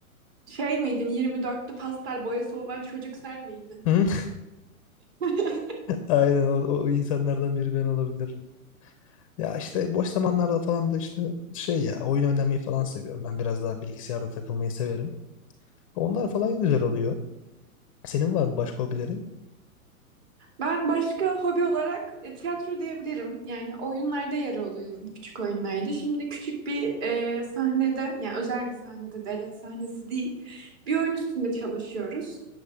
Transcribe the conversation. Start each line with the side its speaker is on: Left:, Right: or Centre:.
Right: şey miydin? 24'lü pastel boyası olan çocuk sen miydin?
Left: Hı?
Right: <laughs>
Left: <laughs> Aynen o, o insanlardan biri ben olabilirim. Ya işte boş zamanlarda falan da işte şey ya oyun oynamayı falan seviyorum ben biraz daha bilgisayarda takılmayı severim. Onlar falan güzel oluyor. Senin var mı başka hobilerin?
Right: Ben başka hobi olarak e, tiyatro diyebilirim. Yani oyunlarda yer alıyorum, küçük oyunlarda. Şimdi küçük bir e, sahnede, yani özel bir sahnede, devlet sahnesi değil, bir oyun üstünde çalışıyoruz.